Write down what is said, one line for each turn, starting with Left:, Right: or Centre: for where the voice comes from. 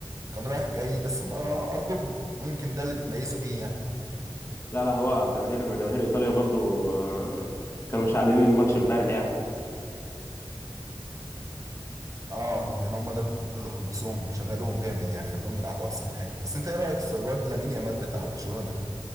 Right: كان رايح جاي بس ما أرضهم ويمكن ده اللي تميزوا بيه يعني
Left: لا لا هو جماهير جماهير ايطاليا برضو آه، كانوا مشعلين الماتش امبارح يعني
Right: اه يمكن هما ده اللي حمسوهم شغلوهم جامد يعني خلوهم يلعبوا أحسن حاجة بس أنت إيه رأيك في الواد لامين يامال بتاع برشلونة ده؟